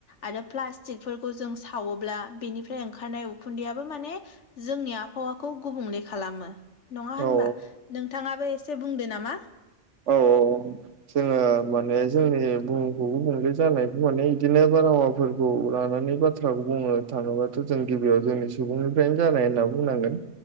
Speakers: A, on the left; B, on the right.
A: आरो प्लास्टिकफोरखौ जों सावोब्ला बेनिफ्राय ओंखारनाय उखुन्दैयाबो माने जोंनि आबहावाखौ गुबुंले खालामो। नङा
B: औ
A: होनबा नोंथाङाबो एसे बुंदो नामा
B: औ औ जोङो माने जोंनि बुहुमखौ गुबुंले जानायखौ माने इदिनो बारहावाफोरखौ लानानै बा थ्राखौ बुंनो थाङोबाथ' जों गिबियाव जोंनि सुबुंनिफ्रायनो जानाय होनना बुंनांगोन।